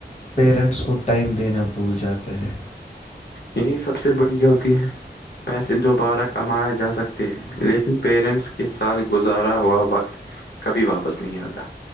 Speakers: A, on the left (about 40°); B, on the left (about 70°).
A: پیرنٹس کو ٹائم دینا بھول جاتا ہے
B: یہی سب سے بڑی غلطی ہے پیسے دوبارہ کمایا جا سکتے ہیں لیکن پیرنٹس کے ساتھ گزارا ہوا وقت کبھی واپس نہیں آتا